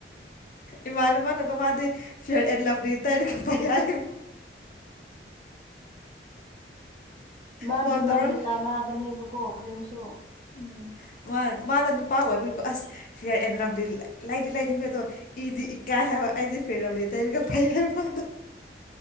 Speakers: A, on the left; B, on the right.
A: ꯏꯃꯥꯟꯅꯕꯅꯀꫭ ꯃꯥꯗꯤ ꯐꯦꯔ ꯑꯦꯟ ꯂꯐꯂꯤ ꯇꯩꯔꯒ ꯐꯩ ꯍꯥꯏ
B: ꯃꯥꯒꯤ
A: ꯐꯣꯟ
B: ꯃꯥꯒꯤ
A: ꯇꯧꯔꯒ
B: ꯆꯥꯅꯕꯅꯦꯕꯀꯣ ꯀ꯭ꯔꯤꯝꯁꯨ
A: ꯎꯝ ꯃꯥ ꯃꯥꯅ ꯅꯨꯄꯥ ꯑꯣꯏꯕꯩꯀꫭ ꯑꯁ ꯐꯦꯔ ꯑꯦꯟ ꯂꯐꯂꯤ ꯂꯩꯗꯤ ꯂꯩꯅꯤꯡꯕꯗꯣ ꯏꯗꯤ ꯏꯀꯥꯏ ꯍꯥꯏꯕ ꯑꯩꯗꯤ ꯐꯦꯟ ꯂꯐꯂꯤ ꯇꯩꯔꯒ ꯐꯩ ꯍꯥꯏ ꯑꯗꯨ